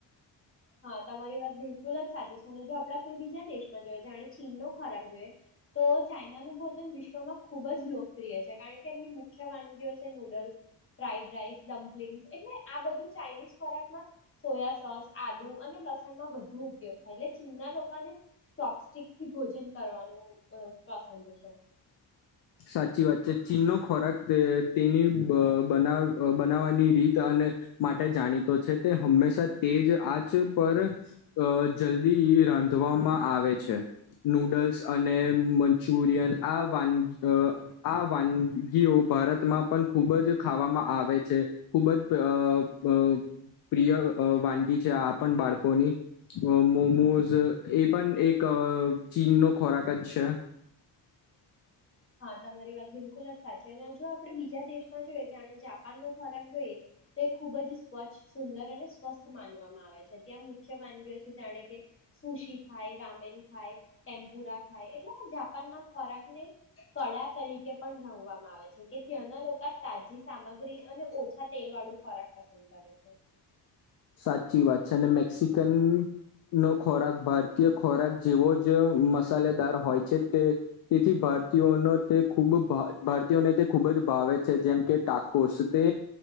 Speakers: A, on the left; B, on the left.
A: હા તમારી વાત બિલકુલ જ સાચી છે અને જો આપડા કોઈ બીજા દેશમાં જોઈએ જાણે ચીનનો ખોરાક જોઈએ, તો ચાઈનાનું ભોજન વિશ્વમાં ખુબ જ લોકપ્રિય છે કારણ કે એમની મુખ્ય વાનગીઓ છે નૂડલ્સ ફ્રાઈડ રાઈસ, ડમ્પ્લિંગસ એટલે આ બધું ચાઇનીઝ ખોરાકમાં સોયા સોસ આદુ અને લસણનો વધુ ઉપયોગ થાય એટલે ચીનના લોકોને ચોપસ્ટિકથી ભોજન કરવાનું પસંદ છે.
B: સાચી વાત છે ચીનનો ખોરાક તેની બનાવ બનાવવાની રીત અને માટે જાણીતો છે, તે હંમેશા તેજ આચ પર અ જલ્દી રાંધવામાં આવે છે નૂડલ્સ અને મંચુરિયન આ વાન અ આ વાનગીઓ ભારતમાં પણ ખૂબ જ ખાવામાં આવે છે ખૂબ જ પ્ર પ પ્રિય વાનગી છે, આ પણ બાળકોની મોમોઝ એ પણ એક ચીનનો ખોરાક જ છે.
A: હા તમારી વાત બિલકુલ જ સાચી અને જો આપડે બીજા દેશમાં જોઈ જાણે જાપાન નો ખોરાક જોઈએ, તો એ ખુબ જ સ્વચ્છ, સુંદર અને સ્વસ્થ માનવામાં આવે છે ત્યાં મુખ્ય વાનગીઓ છે જાણે કે સુશી ખાય, રામેન ખાય, ટેમ્પુરા ખાય એટલે જાપાનમાં ખોરાકને કળા તરીકે પણ જાણવામાં આવે છે કે ત્યાંના લોકો તાજી સામગ્રી અને ઓછા તેલ વાળું ખોરાક પસંદ કરે છે.
B: સાચી વાત છે ને મેક્સિકન નો ખોરાક ભારતીય ખોરાક જેવો જ મસાલેદાર હોય છે, તે તેથી ભારતીયોનો તે ખૂબ ભારતીયોને તે ખૂબ જ ભાવે છે જેમ કે ટાકોસ તે